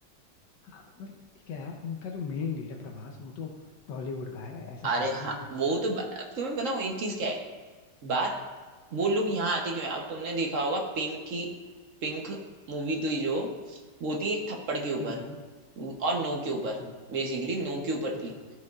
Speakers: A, on the left (about 75°); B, on the right (about 55°).
A: हाँ, मतलब क्या है उनका जो मेन लीडर प्रभास वो तो टॉलीवुड का है ऐसा
B: अरे
A: कह रहा
B: हाँ
A: हूँ मैं
B: वो तो ब- अब तुम्हें बताऊँ एक चीज क्या है बात वो लोग यहाँ आते क्यों है अब तुमने देखा होगा पिंक की पिंक मूवी थी जो वो थी एक थप्पड़ के ऊपर
A: हम्म हम्म,
B: और नो के ऊपर
A: अच्छा
B: बेसिकली नो के ऊपर
A: अच्छा
B: थी